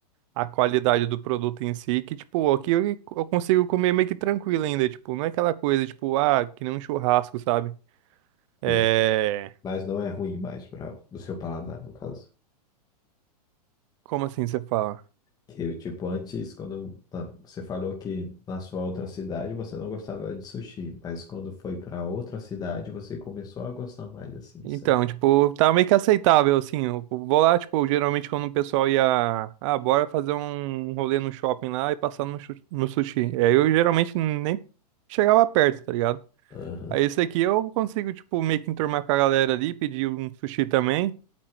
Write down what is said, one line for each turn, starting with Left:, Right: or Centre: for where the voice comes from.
Right: a qualidade do produto em si, que, tipo, aqui eu eu consigo comer meio que tranquilo ainda, tipo, não é aquela coisa, tipo, ah, que nem um churrasco, sabe? É...
Left: Sim, mas não é ruim mais para o seu paladar, no caso.
Right: Como assim você fala?
Left: Que, tipo, antes, quando tá, você falou que na sua outra cidade você não gostava de sushi, mas quando foi para outra cidade você começou a gostar mais, assim, certo?
Right: Então, tipo, tá meio que aceitável, assim, eu vou lá, tipo, geralmente quando o pessoal ia, ah, bora fazer um um rolê no shopping lá e passar no, chu- no sushi, é, eu geralmente nem chegava perto, tá ligado?
Left: Aham.
Right: Aí esse aqui eu consigo, tipo, meio que enturmar com a galera ali, pedir um sushi também,